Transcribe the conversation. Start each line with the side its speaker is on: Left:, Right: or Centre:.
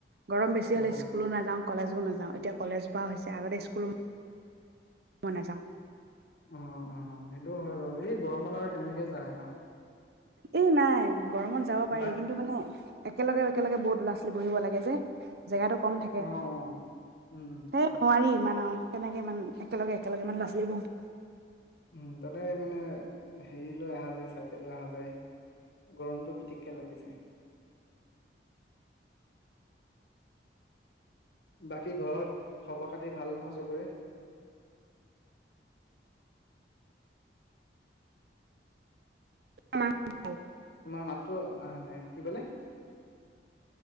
Right: গৰম বেছি হলে
Left: অ
Right: স্কুলো নাযাও, কলেজো নাযাও। এতিয়া কলেজ বাও হৈছে, আগতে স্কুলো মই নাযাওঁ।
Left: অ', অ', সেইটোও হয় বাৰু, এই গৰমত আৰু কেনেকে যায় আৰু।
Right: এই নাই, গৰমত যাব পাৰি
Left: বাক
Right: কিন্তু মানে একেলগে, একেলগে বহুত ল'ৰা ছোৱালী বহিব লাগে যে জেগাটো কম থাকে,
Left: অ অ উম
Right: এই নোৱাৰি ইমান আৰু, তেনেকে ইমান একেলগে একেলগে ইমান ল'ৰা ছোৱালীবোৰ
Left: উম! তাতে মানে হেৰি লৈ অহা যায়, চাইকেল লৈ অহা যায় গৰমটো পিটিককে লাগি যায়। বাকী ঘৰত খবৰ -খাতি ভাল নহয় চবৰে?
Right: মা হঁতৰ ভাল।
Left: তোমাৰ মাতটো অহা নাই, কি বোলে?